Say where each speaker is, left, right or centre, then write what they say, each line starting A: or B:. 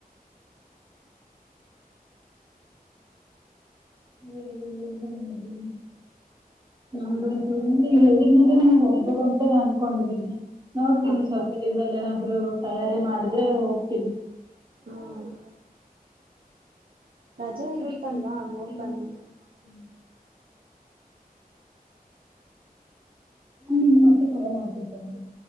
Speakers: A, on the right; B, on the right.
A: ಬೇಡ ಬಿಡು <unintelligible> ನೀನೇ ಹೇಳ್ದೆ ನಮಗೆ ಹೋಗ್ಬೇಕಂತ ಅನ್ಕೊಂಡಿದೀನಿ. ನೋಡ್ತೀನಿ,
B: ಹೌದಾ
A: ಸ್ವಲ್ಪ ದಿನದಲ್ಲಿ ಏನಾದ್ರು ತಯಾರಿ ಮಾಡ <unintelligible> ಹೋಗ್ತೀನಿ.
B: ಹ್ಮ್. ರಜೆ
A: ಸರಿ
B: ಇರುತ್ತಲ್ವಾ
A: ಕಣ್ರಿ,
B: ಆಗ
A: ಮತ್ತೆ
B: ಹೋಗ್
A: ನಿಮಗ್
B: ಬನ್ನಿ
A: ಕರೆ ಮಾಡ್ತೀನಿ. <unintelligible> ಮತ್ತೆ ಕರೆ ಮಾಡ್ತೇನಿ ತಗೋಳ್